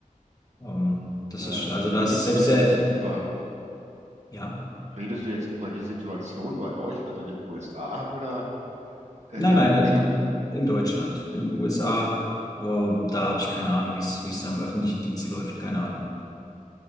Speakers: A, on the left; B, on the right.
A: Ähm, das
B: äh,
A: ist, also das
B: redest
A: selbst
B: du jetzt
A: der,
B: über
A: ja.
B: Redest du jetzt über die Situation bei euch, also in den USA oder äh,
A: Nein,
B: hier
A: nein,
B: in Deutschland?
A: in, in Deutschland. In den USA, ähm, da habe ich keine Ahnung, wie es, wie es da im öffentlichen Dienst läuft. Keine Ahnung.